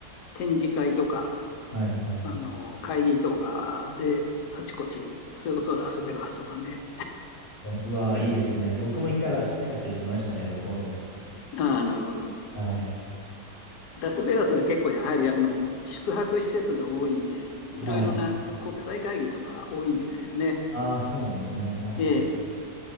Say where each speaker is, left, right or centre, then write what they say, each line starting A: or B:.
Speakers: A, on the left (about 75°); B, on the left (about 40°).
A: 展示会とか、
B: はい、はい。
A: あの、会議とかで、あちこち、それこそラスベガスとかね。
B: うわあ、いいですね。僕も一回ラスベガス行きましたね、
A: うん
B: 旅行で。
A: ああ、なるほど。
B: はい。
A: ラスベガスは結構やはりあの宿泊施設が多いんで、いろいろな国際会議とか多いんですよね。
B: はい。ああ、そうなんですね。はい。
A: ええ。